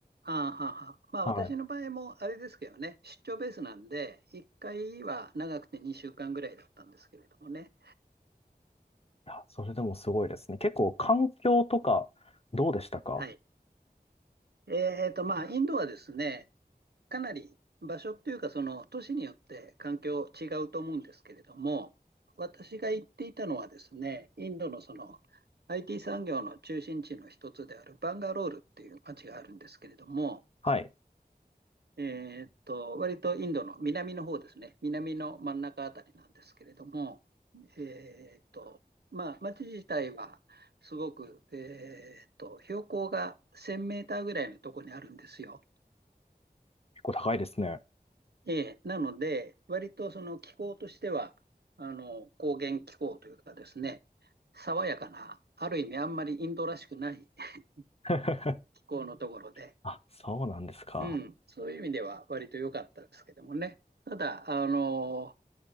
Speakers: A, on the right; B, on the left.
A: ああ、はあはあまあ私の場合もあれですけどね、
B: はい。
A: 出張ベースなんで、1回は長くて2週間ぐらいだったんですけれどもね。
B: や、それでもすごいですね。結構環境とかどうでしたか
A: はい。えーと、まあインドはですね、かなり場所っていうか、その都市によって環境違うと思うんですけれども、私が行っていたのはですね、インドのその IT 産業の中心地の一つであるバンガロールっていう街があるんですけれども、
B: はい。結
A: えーっと、割とインドの南の方ですね、南の真ん中あたりなんですけれども、えーっと、まあ、町自体はすごく、えーっと、標高が1000メーターぐらいのところにあるんですよ。
B: 構高いですね。
A: ええなので、割とその気候としては、あの、高原気候というかですね、爽やかな、ある意味あんまりインドらしくない <laughs>
B: <laughs>
A: 気候のところで、
B: あ、そうなんですか。
A: うん、そういう意味では割と良かったですけどもね。ただ、あの、